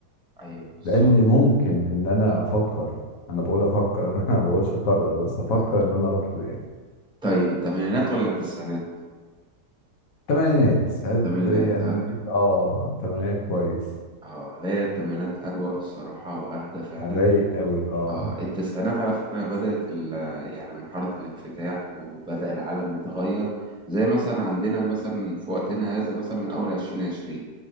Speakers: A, in the centre; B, on the left.
A: أيوه بالظبط
B: ده اللي ممكن ان انا افكر انا بقول افكر <laughs> انا ما بقولش اقرر بس افكر
A: مم.
B: ان انا اروح له يعني
A: طيب الثمانينات ولا التسعينات؟
B: تمانينات هاد
A: الثمانينات
B: يعني
A: ها؟
B: نجيب اه تمانينات كويس
A: اه لا هي الثمانينات أروق الصراحة وأهدى فعلا
B: على الرايق قوي اه
A: آه التسعينات على فكرة بدأت ال- يعني من حارة الانفتاح وبدأ العالم يتغير زي مثلا عندنا مثلا في وقتنا هذا مثلا من أول عشرين عشرين